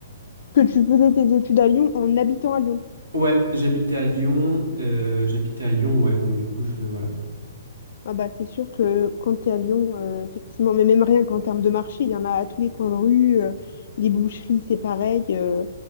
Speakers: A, on the left; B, on the right.
A: Que tu faisais tes études à Lyon en habitant à Lyon.
B: Ouais, j'habitais à Lyon. euh, j'habitais à Lyon, ouais. Donc, du coup, je, voilà.
A: Ah bah, c'est sûr que quand tu es à Lyon, euh, effectivement, mais même rien qu'en termes de marché, il y en a à tous les coins de rue, euh, les boucheries, c'est pareil. euh,